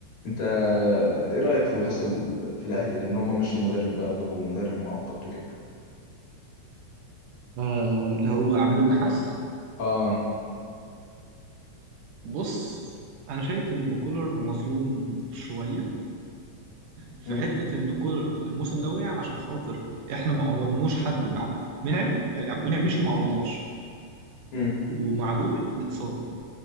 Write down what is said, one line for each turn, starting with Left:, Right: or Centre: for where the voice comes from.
Left: انت ايه رأيك في اللي حصل في الاهلي ده ان هم مشوا مدرب بقى وجابوا مدرب مؤقت وكده
Right: آه، اللي هو عماد النحاس
Left: اه
Right: بص انا شايف ان كولر مظلوم شويه في
Left: امم
Right: حته ان كولر الموسم ده وقع عشان خاطر احنا ما عوضناش حد بعبد منعم يعني عبد المنعم مشي وما عوضناش
Left: امم
Right: ومعلول اتصاب